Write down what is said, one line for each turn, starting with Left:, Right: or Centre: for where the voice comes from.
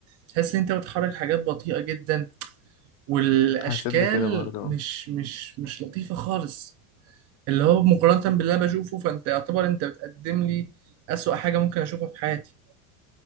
Right: تحس ان انت بتحرك حاجات بطيئة جدا والاشكال
Left: حسيت بكده برضه
Right: مش مش مش لطيفة خالص اللي هو مقارنة باللي انا بشوفه فانت يعتبر انت بتقدم لي اسوأ حاجة ممكن اشوفها في حياتي